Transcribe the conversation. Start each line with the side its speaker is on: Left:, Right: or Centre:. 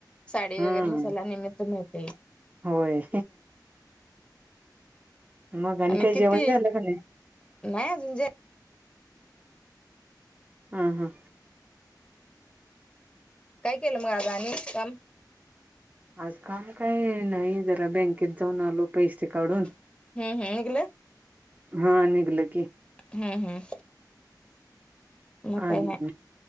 Left: साडी
Right: हम्म
Left: वगैरे नेसायला निमित्त मिळतय
Right: होय मग
Left: आणि
Right: काही
Left: किती
Right: जेवण झालं
Left: नाही
Right: का
Left: अजून जे
Right: हा हा
Left: काय केलं मग आज आणि काम
Right: आज काम काय नाही जरा बँकेत जाऊन आलो पैसे काढून
Left: हम्म हम् निघल
Right: हा निघल की
Left: हम्म हम्म मग
Right: आणि
Left: काही नाही